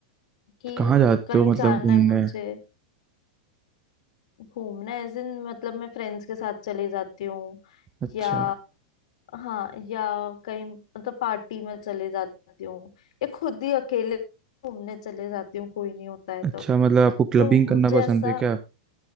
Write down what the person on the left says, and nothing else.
कि
कहीं
जाना
है मुझे घूमना है दिन मतलब मैं फ्रेंड्स के साथ चली जाती हूँ
या हाँ या कहीं मतलब पार्टी में चले जाती हूँ या खुद ही अकेले घूमने चले जाती हूँ कोई नहीं होता है
तब
तो
मुझे
ऐसा